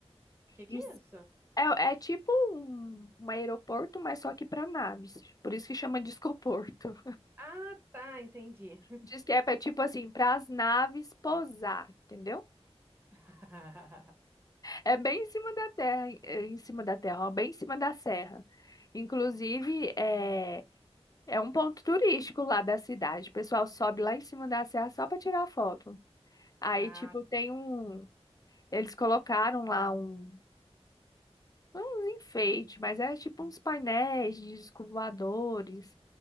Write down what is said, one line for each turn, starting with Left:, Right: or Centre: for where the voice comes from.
Right: Que que
Left: Isso
Right: é isso?
Left: É, é tipo um, um aeroporto, mas só que para naves. Por isso que chama discoporto.
Right: Ah, tá, entendi.
Left: Disquepa é tipo assim, para as naves pousar, entendeu?
Right: <laughs>
Left: É bem em cima da terra, é em cima da terra, ó, bem em cima da serra. Inclusive, é, é um ponto turístico lá da cidade. O pessoal sobe lá em cima da serra só para tirar foto. Aí,
Right: Ah,
Left: tipo, tem um. Eles colocaram lá um, uns enfeites, mas é tipo uns painéis de discos voadores.